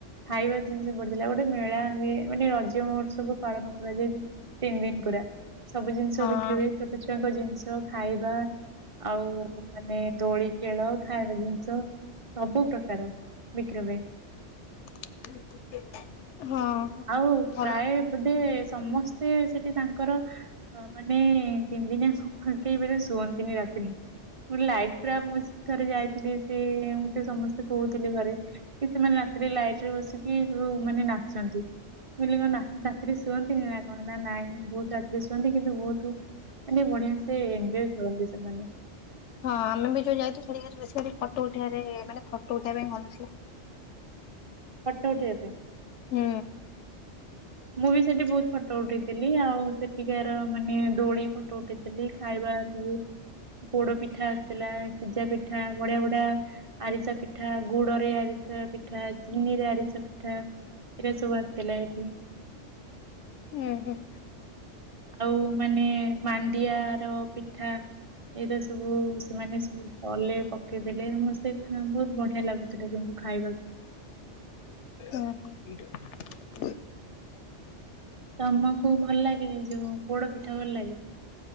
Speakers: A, on the right; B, on the left.
A: ଖାଇବା ଜିନିଷ ପଡିଥିଲା ଗୋଟେ ମେଳା ହୁଏ ମାନେ ରଜ ମହୋତ୍ସବ ପାଳନ କରାଯାଏ ବି ତିନି ଦିନ ପୁରା ସବୁ ଜିନିଷ
B: ହଁ
A: ବିକ୍ରି ହୁଏ ଛୋଟ ଛୁଆଙ୍କ ଜିନିଷ ଖାଇବା ଆଉ ଉ ମାନେ ଦୋଳି ଖେଳ ଖାଇବା ଜିନିଷ। ସବୁ ପ୍ରକାର ବିକ୍ରୀ ହୁଏ।
B: <inaudible> ହଁ
A: ଆଉ
B: ଭଲ।
A: ପ୍ରାୟ ବୋଧେ ସମସ୍ତେ ସେଠି ତାଙ୍କର। ହଁ ମାନେ ତିନି ଦିନିଆ ସବୁ ପକେଇ ମାନେ ଶୁଅନ୍ତିନି ରାତିରେ। ଲାଇଟ ପୁରା ମୁଁ ଥରେ ଯାଇଥିଲି ସେ ମତେ ସମସ୍ତେ କହୁଥିଲେ ଘରେ। କି ସେମାନେ ରାତିରେ ଲାଇଟ ରେ ବସିକି ରୁ ମାନେ ନାଚନ୍ତି ମୁଁ କହିଲୀ କଣ ନା ରାତିରେ ଶୁଅ ନ୍ତିନି ନା କଣ ନା ନାଇଁ ବହୁତ ରାତିରେ ଶୁଅନ୍ତି କିନ୍ତୁ ବହୁତୁ। ମାନେ ବଢିଆ ସେ ଏଞ୍ଜୋୟ କରନ୍ତି ସେମାନେ।
B: ହଁ ଆମେ ବି ଯୋଉ ଯାଇଥିଲୁ ସେଠି ଖାଲି ବେଶୀ <unintelligible> ଫଟୋ ଉଠେଇବାରେ ମାନେ ଫଟୋ ଉଠେଇବା ପାଇଁ ଭଲଥିଲା।
A: ଫଟ ଉଠେଇବା ପାଇଁ।
B: ହୁଁ।
A: ମୁଁ ବି ସେଠି ବହୁତ ଫଟୋ ଉଠେଇଥିଲି ଆଉ ସେଠିକାର ମାନେ ଦୋଳି ଫଟୋ ଉଠେଇଥିଲି ଖାଇବା। ଉଁ ପୋଡ ପିଠା ଆସିଥିଲା ସିଝା ପିଠା ବଢିଆ ବଢିଆ। ଆରିସା ପିଠା ଗୁଡରେ ଆରିସା ପିଠା। ଚିନିରେ ଆରିସା ପିଠା ଏଇରା ସବୁ ଆସିଥିଲା ଏଇଠି।
B: ହୁଁ ହୁଁ।
A: ଆଉ ମାନେ ମାଣ୍ଡିଆର ପିଠା। ଏଇଟା ସବୁ ସେମାନେ ସବୁ କଲେ ପକେଇଦେଲେ ସମସ୍ତେ <unintelligible> ବଢିଆ ଲାଗୁଥିଲା କିନ୍ତୁ। ଖାଇବାକୁ।
B: ଉଁ ହୁଁ।
A: ତମକୁ ଭଲ ଲାଗେ ଏ ଯୋଉ ପୋଡ ପିଠା ଭଲ ଲାଗେ?